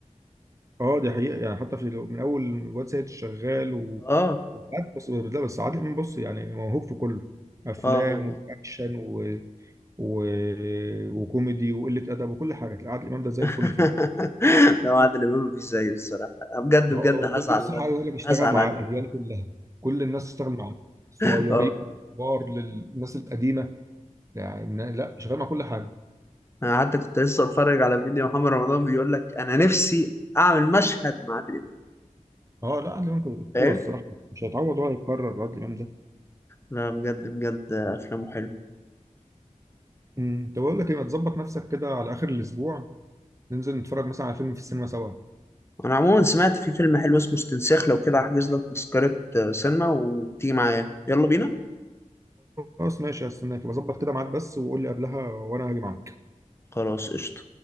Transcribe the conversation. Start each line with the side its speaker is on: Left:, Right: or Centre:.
Right: اه دي حقيقه يعني حتى في من اول الواد سيد الشغال و
Left: اه
Right: بس بس لا، بس عادل امام بص يعني موهوب في كله افلام
Left: اه هو
Right: واكشن و... و... وكوميدي وقله ادب وكل حاجه تلاقي عادل امام ده زي
Left: <laughs>
Right: الفل فيها
Left: لو عادل إمام مفيش زيه الصراحة بجد
Right: ما
Left: بجد
Right: هو لو
Left: هزعل
Right: ربنا يديله الصحة عايز اقول لك اشتغل
Left: هزعل
Right: مع
Left: عليه
Right: الأديان كلها كل الناس تشتغل معاه الصغيرين
Left: اه
Right: للكبار للناس القديمة يعني لا شغال مع كل حاجة
Left: انا حتى كنت لسه اتفرج على فيديو محمد رمضان بيقول لك انا نفسي اعمل مشهد مع عادل امام
Right: اه لا عادل إمام كان أسطورة
Left: فاهم
Right: الصراحة مش هيتعوض ولا هيتكرر عادل إمام ده
Left: لا بجد بجد افلامه حلو
Right: أمم، طب أقول لك إيه ما تظبط نفسك كده على آخر الأسبوع ننزل نتفرج مثلا على فيلم في السينما سوا
Left: انا عموما سمعت في فيلم حلو اسمه استنساخ لو كده هحجز لك تذكرة آه، سينما وتيجي معايا يلا بينا
Right: خلاص ماشي هستناك بظبط كده ميعاد بس وقول لي قبلها وأنا هاجي معاك
Left: خلاص قشطة